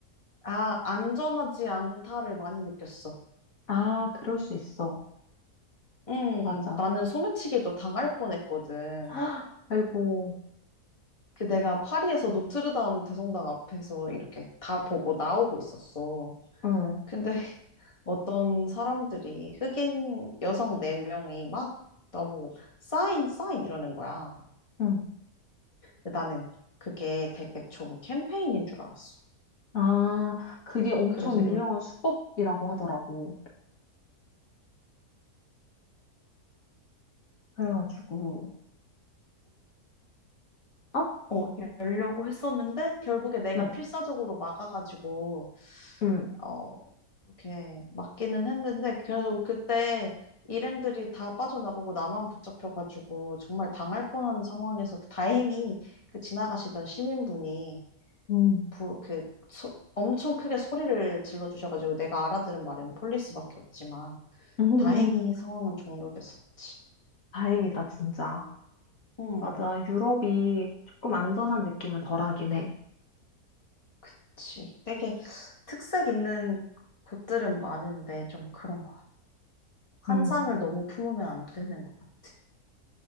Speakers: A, on the left; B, on the left.
A: 아, 안전하지 않다를 많이 느꼈어.
B: 아, 그럴 수 있어.
A: 음,
B: 맞아.
A: 나는 소매치기도 당할 뻔했거든.
B: <gasps> 헉, 아이고,
A: 그 내가 파리에서 노트르담 대성당 앞에서 이렇게 다 보고 나오고 있었어.
B: 응,
A: 근데 <laughs> 어떤 사람들이 흑인 여성 네명이막 나보고 사인, 사인 이러는 거야.
B: 응.
A: 근데 나는 그게 되게 좋은 캠페인인 줄 알았어.
B: 아, 그게 엄청
A: 그래서
B: 유명한 수법이라고 하더라고. 그래가지고, 어?
A: 어, 열려고 했었는데, 결국에 내가
B: 응,
A: 필사적으로 막아가지고,
B: 응,
A: 어, 그렇게 막기는 했는데, 그래서 그때 일행들이 다 빠져나가고 나만 붙잡혀가지고, 정말 당할 뻔한 상황에서 그 다행히 그 지나가시던 시민분이,
B: 응.
A: 부, 그, 소- 엄청 크게 소리를 질러주셔가지고, 내가 알아들은 말은 폴리스밖에 없지만,
B: <laughs>
A: 다행히 상황은 종료됐었지.
B: 다행이다, 진짜.
A: 응,
B: 맞아. 유럽이 조금 안전한 느낌은 덜하긴 해.
A: 그치. 되게 특색 있는 곳들은 많은데, 좀 그런 환상을
B: 응,
A: 너무 품으면 안 되는 것 같아.